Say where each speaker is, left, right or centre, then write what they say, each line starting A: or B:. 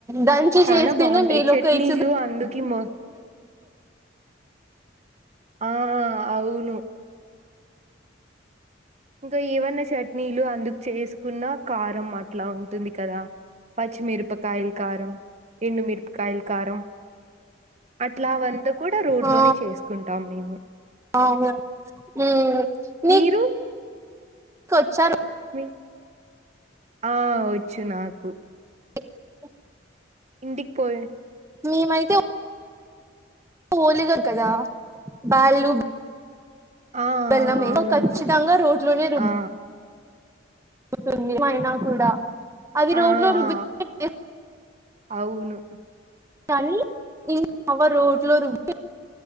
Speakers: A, on the right (about 15°); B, on the right (about 35°).
A: దంచి
B: చాలా
A: చేస్తేనే
B: బాగుంటు
A: మీలో
B: చెట్నీలు
A: ఒక ఎక్సర్సైజ్
B: అందు కిమో ఆ అవును ఇంకా ఏవన్నా చట్నీలు అందుకు చేసుకున్న కారం అట్లా ఉంటుంది కదా పచ్చిమిరపకాయల కారం ఎండు మిరపకాయల కారం అట్లా వంత కూడా రోడ్
A: ఆ
B: లోనే చేసుకుంటా టాం మేము
A: అవును హ్మ్ మీ
B: మీరు
A: కొచ్చార
B: మీ ఆ వచ్చు నాకు
A: <unintelligible>
B: ఇంటికి పోయే
A: మేమైతే హోలిగా కదా బాళ్ళు
B: ఆ ఆ
A: వెళ్దాం
B: అవును
A: ఖచ్చితంగా రోట్ లోనే రుబు
B: ఆ
A: తుంది మైనా కూడా అవి రోట్లో
B: ఆ ఆ
A: రుబతే టే
B: అవును
A: కానీ ఇం అవ్వ రోట్లో రుబి